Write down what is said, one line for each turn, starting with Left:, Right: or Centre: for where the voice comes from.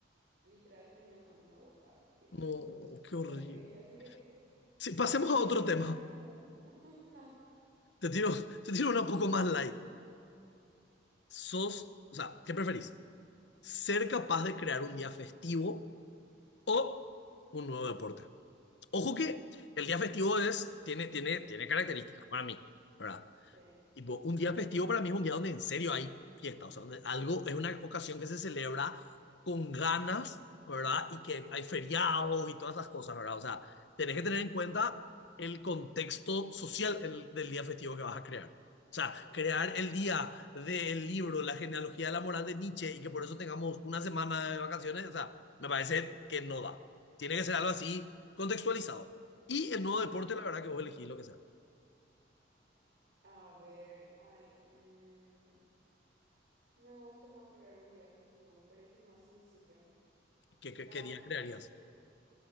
Right: literal tenía un ano en la boca. Y,
Left: No,
Right: y sí,
Left: qué
Right: cosas
Left: horrible.
Right: heavy. Así que
Left: Sí, pasemos
Right: es mejor
Left: a otro
Right: que elija
Left: tema.
Right: el pan. <laughs> No.
Left: Te tiro, <laughs> te tiro una poco más light. Sos, o sea, ¿qué preferís? ¿Ser capaz de crear un día festivo o un nuevo deporte? Ojo que el día festivo es, tiene, tiene, tiene características para mí, ¿verdad?
Right: Sí,
Left: Tipo, un día festivo para mí es un día donde en serio hay fiesta, o sea, donde algo es una ocasión que se celebra con ganas, ¿verdad? Y que hay feriados y todas esas cosas, ¿verdad? O sea, tenés que tener en cuenta el contexto social el- del día festivo que vas a crear. O sea,
Right: claro.
Left: crear el día del libro, la genealogía de la moral de Nietzsche y que por eso tengamos una semana de vacaciones, o sea, me parece que no da. Tiene que ser algo así contextualizado. Y el nuevo deporte,
Right: Ujú.
Left: la verdad que vos elegís lo que sea.
Right: A ver, ay, mm, me gusta más crear un día festivo. Me parece más sencillo.
Left: ¿Qué, qué,
Right: O sea,
Left: qué día
Right: un-
Left: crearías?
Right: de- pre-